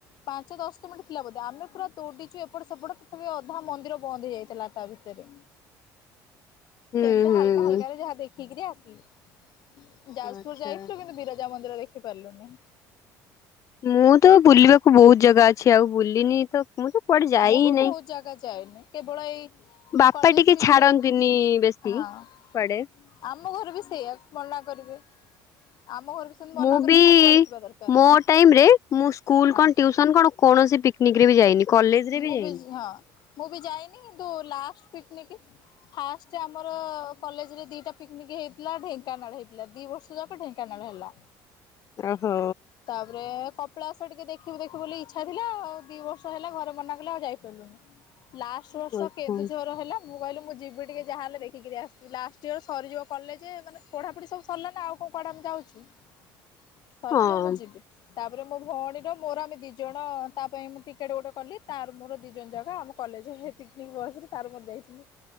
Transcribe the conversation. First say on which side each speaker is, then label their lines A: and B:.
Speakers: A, on the left (about 60°); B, on the left (about 40°).
A: ପାଞ୍ଚ ଦଶ ମିଣ୍ଟି ଥିଲା ବୋଧେ ଆମେ ପୁରା ଦୋଡ଼ିଚୁ ଏପଟ ସେପଟ ତଥାପି ଅଧା ମନ୍ଦିର ବନ୍ଦ ହେଇଯାଇଥିଲା ତା ଭି ତେରେ
B: ହୁଁ
A: ସେମତି
B: ହୁଁ
A: ହାଲକା ହାଲକାରେ ଯାହା ଦେଖିକିରି ଆସିଲି। ଯାସପୁର
B: ଆଚ୍ଛା
A: ଯାଇଥିଲୁ କିନ୍ତୁ ବିରଜା ମନ୍ଦିର ଦେଖି ପାରିଲୁନି।
B: ମୁଁ ତ ବୁଲିବାକୁ ବୋହୁତ ଜାଗା ଅଛି ଆଉ ବୁଲିିନି ତ ମୁଁ ତ କୁଆଡ଼େ ଯାଇ
A: ଉ
B: ହିଁ
A: ବୋହୁତ
B: ନାହିଁ
A: ଜାଗା ଯାଇନେ‌। କେବଳ ଏଇ
B: ବାପା
A: କଲେଜ
B: ଟିକେ
A: ପିକନିକ
B: ଛାଡନ୍ତିନି ବେଶୀ
A: ହଁ
B: କୁଆଡ଼େ।
A: ଆମ ଘରେ ବି ସେଇଆ ମନା କରିବେ ଆମ ଘରେ ବି ସେମିତି ମନା
B: ମୁଁ
A: କରିବେ
B: ବି
A: ନାଇଁ କୁଆଡେ ଯିବା ଦରକାର
B: ମୋ
A: ନାହିଁ
B: ଟାଇମ ରେ ମୁଁ ସ୍କୁଲ
A: ହଁ
B: କଣ ଟ୍ୟୁସନ କଣ କୌଣସି ପିକନିକରେ ବି ଯାଇନି। କଲେଜ ରେ
A: ମୁଁ
B: ଯାଇନି।
A: ବି ହଁ ମୁଁ ବି ଯାଇନି କିନ୍ତୁ ଲାଷ୍ଟ ପିକନିକି ଫାଷ୍ଟେ ଆମର କଲେଜରେ ଦିଟା ପିକନିକି ହେଇଥିଲା ଢେଙ୍କାନାଳ ହେଇଥିଲା ଦି ବର୍ଷ ତ ଯାଙ୍କ ଢେଙ୍କାନାଳ ହେଲା।
B: ଅଁହୋ।
A: ତାପରେ କପିଳାସ ଟିକେ ଦେଖିବୁ ଦେଖିବୁ ବୋଲି ଇଚ୍ଛା ଥିଲା ଆଉ ଦି ବର୍ ତ ହେଲା ଘରେ ମନା କଲେ ଆଉ ଯାଇ ପାଇଲୁନି ଲାଷ୍ଟ ବର୍ଷ
B: ଆଚ୍ଛା।
A: କେନ୍ଦୁଝର ହେଲା। ମୁଁ କହିଲି ମୁଁ ଯିବି ଟିକେ ଯାହା ହେଲେ ଦେଖିକିରି ଆସିବି ଲାଷ୍ଟ ଇୟର ସରିଯିବ କଲେଜେ ମାନେ ପଢାପୁଢି ସବୁ ଭଲ ନାଁ ଆଉ କୋଉ କୁଆଡ଼େ ଆମେ ଯାଉଚୁ? ସରିଯିବ
B: ହଁ
A: ମୁଁ ଯିବି ତାପରେ ମୋ ଭଅଣୀର ମୋର ଆମେ ଦି ଜଣ ତା ପାଇଁ ଟିକେଟ୍ ଗୋଟେ କଲି ତାର ମୋର ଦି ଜଣ ଯାକ ଆମ କଲେଜ ହେ ପିକନିକ୍ ବସରେ ତାର ମୋର ଯାଇଥିଲୁ।